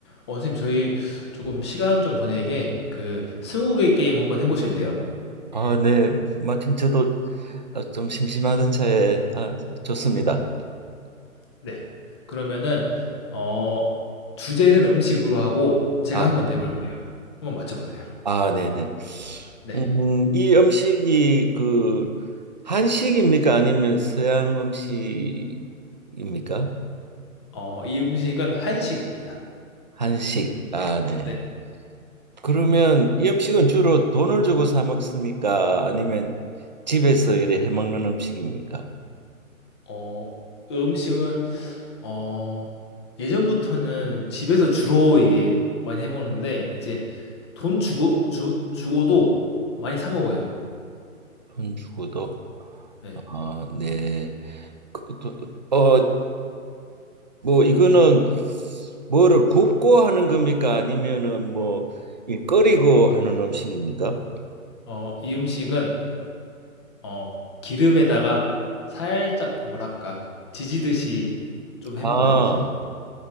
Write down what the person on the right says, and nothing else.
아, 네. 마침 저도 아, 좀 심심하던 차에 아, 좋습니다.
아,
아, 네네.
음, 이 음식이 그 한식입니까? 아니면 서양 음식입니까?
한식. 아, 네.
그러면 이 음식은 주로 돈을 주고 사 먹습니까? 아니면 집에서 이래 해 먹는 음식입니까?
돈 주고도.
아, 네. 그, 또, 어, 뭐 이거는 뭐를 굽고 하는 겁니까? 아니면은 뭐 이 끓이고 하는 음식입니까?
아,